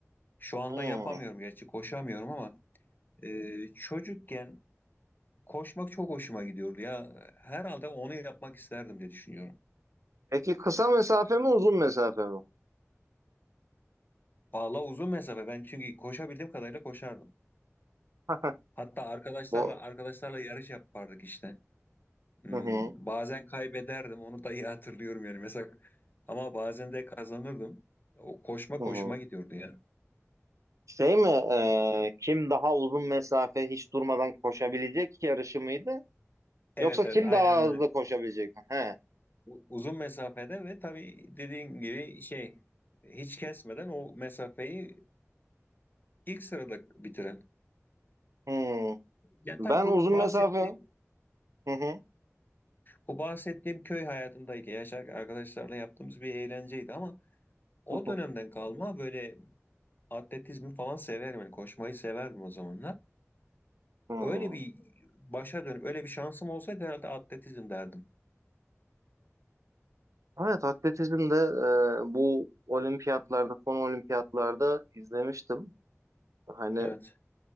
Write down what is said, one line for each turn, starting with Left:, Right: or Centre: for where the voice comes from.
Left: şu anda
Right: Hmm.
Left: yapamıyorum gerçi koşamıyorum ama e, çocukken koşmak çok hoşuma gidiyordu ya herhalde onu yapmak isterdim diye düşünüyorum.
Right: Peki kısa mesafe mi uzun mesafe mi?
Left: Valla uzun mesafe ben çünkü koşabildiğim kadarıyla koşardım.
Right: <laughs>
Left: Hatta arkadaşlarla
Right: Bu
Left: arkadaşlarla yarış yapardık işte. Hmm,
Right: hı hı,
Left: bazen kaybederdim onu da iyi hatırlıyorum yani mesela ama bazen de kazanırdım. O koşma
Right: hı
Left: koşuma
Right: hı.
Left: gidiyordu ya.
Right: Şey mi e, kim daha uzun mesafe hiç durmadan koşabilecek yarışı mıydı?
Left: Evet
Right: Yoksa kim
Left: evet aynen
Right: daha
Left: öyle.
Right: hızlı koşabilecek mi? He.
Left: U- Uzun mesafede ve tabii dediğin gibi şey hiç kesmeden o mesafeyi ilk sırada bitiren.
Right: Hmm.
Left: Yani
Right: Ben
Left: tabii bu
Right: uzun
Left: bahsettiğim
Right: mesafe. Hı hı.
Left: bu bahsettiğim köy hayatındaki yaşar arkadaşlarla yaptığımız bir eğlenceydi ama o
Right: <laughs>
Left: dönemden kalma böyle atletizmi falan severim yani koşmayı severdim o zamanlar.
Right: hmm.
Left: Öyle bir başa dönüp öyle bir şansım olsaydı herhalde atletizm derdim.
Right: Evet atletizmde e, bu olimpiyatlarda son olimpiyatlarda izlemiştim. Hani
Left: Evet.